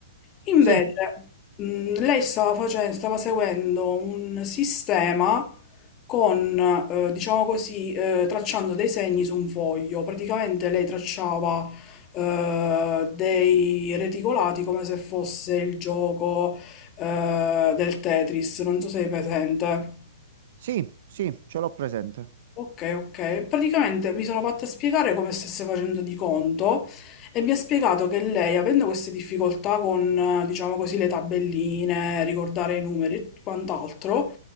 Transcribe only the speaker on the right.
Sì.
Sì, sì, ce l'ho presente.